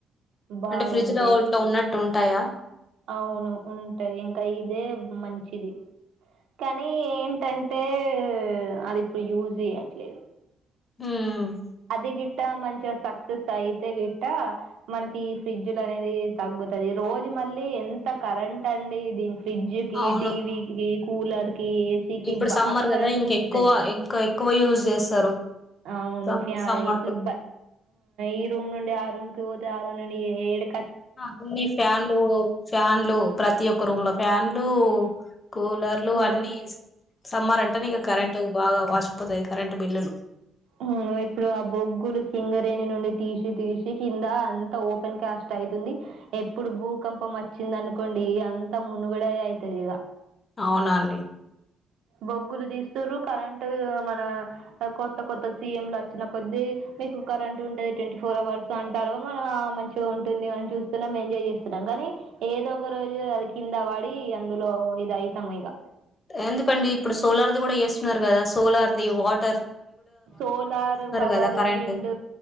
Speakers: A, on the right (about 80°); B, on the left (about 35°).
A: బాగుంటాయి
B: అంటే ఫ్రిడ్జ్ లో ఇట్లా ఉన్నట్టు ఉంటాయా
A: అవును ఉంటాయి ఇంకా ఇదే మంచిది కానీ ఏంటంటే అది ఇప్పుడు యూజ్ చేయ్యట్లేదు
B: ఉమ్
A: అది గిట్ట మంచిగా సక్సెస్ అయితే గిట్ట మనకి ఈ ఫ్రిడ్జ్లు అనేది తగ్గు తది రోజు మళ్ళీ ఎంత కరెంట్ అండి దీని ఫ్రిడ్జ్ కి
B: అవును
A: టీవీ కి కూలర్ కి కి ఏసీ కీ
B: ఇప్పుడు
A: బాగా
B: సమ్మర్
A: కరెంట్
B: కదా ఇంకెక్కువ
A: గుంజుతది
B: ఇంకా ఎక్కువ యూజ్ చేస్తారు
A: అవును
B: సమ్ సమ్మర్
A: ఇట్లు
B: లో
A: బ ఈ రూమ్ నుండి ఆ రూమ్ కి పోతే ఆ రూమ్ నుండి ఏ డెక్
B: అన్ని ఫ్యాన్లు ఫ్యాన్లు ప్రతి ఒక్క రూమ్ లో ఫ్యాన్లు కూలర్లు
A: కూలర్
B: అన్నిీ
A: లేం
B: సమ్మర్ అంటే నే ఇగ కరెంట్ బాగా వాసిపోతాయి కరెంటు బిల్లులు
A: ఆ ఇప్పుడు ఆ బొగ్గులు సింగరేని నుండి తీసి తీసి కింద అంత ఓపెన్ క్యాస్ట్ అయ్ తుంది ఎప్పుడు భూకంపం వచ్చింది అనుకోండి అంతా మునుగడే అయ్ తుంది ఇగ
B: అవునాండి
A: బొగ్గులు తీస్తుారు కరెం టది గా మన కొత్త కొత్త సీ ఎంలు వచ్చిన కొద్దీ మీకు కరెంటు ఉంటది ట్వంటీ ఫోర్ అవర్ అంటారు మనం మంచిగా ఉంటుంది మనం చూస్తున్నాం ఎంజాయ్ చేస్తున్నాం కానీ ఏదో ఒక రోజు అది కింద వడి అందులో ఇది అయితాం ఇగ
B: ఎందుకండి ఇప్పుడు సోలార్ది కూడా వేస్తున్నారు కదా సోలార్ది వార్
A: సోలారు పవరు
B: కదా కరెంట్
A: విండ్